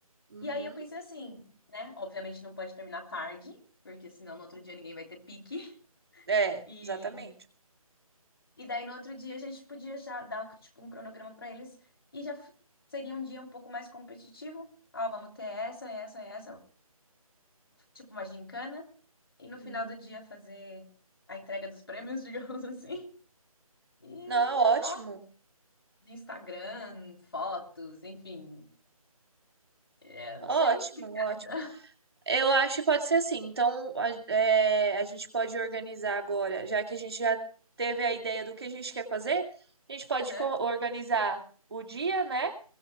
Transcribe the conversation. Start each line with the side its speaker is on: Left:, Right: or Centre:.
Right: Uhum.
Left: E aí eu pensei assim, né? Obviamente não pode terminar tarde. Porque senão no outro dia ninguém vai ter pique.
Right: É,
Left: <laughs> e
Right: exatamente.
Left: E daí no outro dia a gente podia já dar tipo um cronograma para eles e já f- seria um dia um pouco mais competitivo. Ó, vamos ter essa, essa, essa, tipo uma gincana. E no final
Right: Uhum.
Left: do dia fazer a entrega dos prêmios, <laughs> digamos assim. E
Right: Não, ótimo.
Left: a troca de Instagram, fotos, enfim. É,
Right: Ótimo,
Left: não sei. o que que você
Right: ótimo.
Left: acha?
Right: Eu acho que pode ser assim. Então, a, é, a gente pode organizar agora, já que a gente já teve a ideia do que a gente quer fazer, a gente pode
Left: Aham,
Right: co- organizar o dia, né?